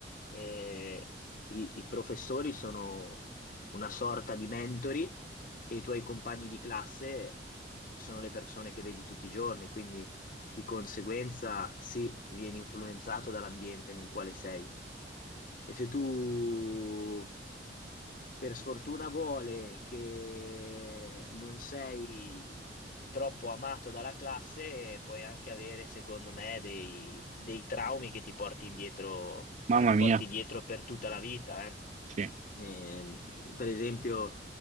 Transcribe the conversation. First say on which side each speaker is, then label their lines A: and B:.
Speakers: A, on the left; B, on the right.
A: eh, i, i professori sono una sorta di mentori e i tuoi compagni di classe sono le persone che vedi tutti i giorni, quindi di conseguenza, sì, vieni influenzato dall'ambiente nel quale sei. E se tu, per sfortuna, vuole che non sei troppo amato dalla classe, puoi anche avere, secondo me, dei, dei traumi che ti porti indietro,
B: Mamma
A: che ti
B: mia,
A: porti dietro per tutta la vita, eh.
B: sì,
A: Ehm, per esempio,